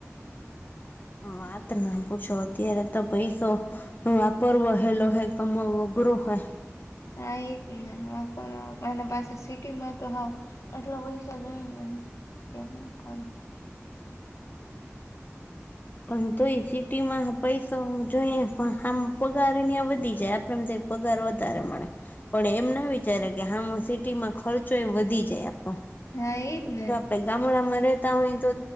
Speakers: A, on the left (about 40°); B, on the left (about 80°).
A: વાત ના પૂછો અત્યારે તો પૈ તો વાપર વહેલો હોય કમઘરો હોય.
B: હ એ જ ને વાપર અને પાસે સિટી માં તો હ એટલા પૈસા જઈ ને કે હું કરું
A: પણ જોઈ સિટી માં પૈસા જોઈએ પણ આમ પગારની વધી જાય આપડ પગાર વધારે મળે. પણ એમ ના વિચારે કે હામાં સિટીમાં ખર્ચો એ વધી જાય આપણો.
B: હા એદ ને.
A: પ ગામડામાં રહેેતા હોય તો